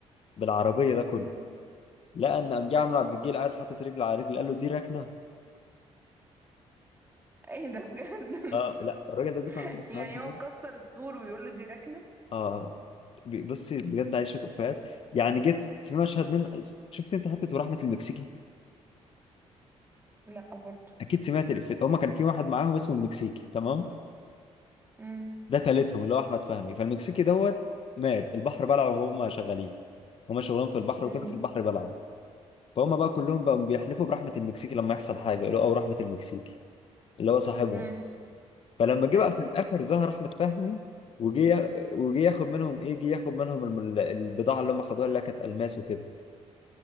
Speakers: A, on the left; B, on the right.
A: بالعربيه ده كله
B: امم
A: لقى ان قام جه عمرو عبد الجليل قاعد حاطط رجل على رجل قال له دي ركنه
B: ايه ده بجد
A: اه لا الراجل ده بيطلع
B: <laughs>
A: منه افيهات
B: يعني
A: بجد
B: هو كسر السور ويقول له دي ركنة
A: اه بي- بصي بجد عايش شويه افيهات يعني جيت في مشهد من شفت انت حته ورحمه المكسيكي
B: لا برضه
A: اكيد سمعت الافيه هما كان في واحد معاهم اسمه المكسيكي تمام
B: امم
A: ده تالتهم اللي هو احمد فهمي فالمكسيكي دوت مات البحر بلعه وهم شغالين هما شغلهم في البحر وكده
B: امم
A: في البحر بلعه فهم بقى كلهم بقوا بيحلفوا برحمة المكسيكي لما يحصل حاجة يقولوا او رحمة المكسيكي اللي هو صاحبهم
B: امم
A: فلما جه
B: ايوه
A: بقى في الاخر ظهر احمد فهمي وجه وجه ياخد منهم ايه جه ياخد منهم الم- البضاعة اللي هم خدوها اللي هي كانت الماس وكده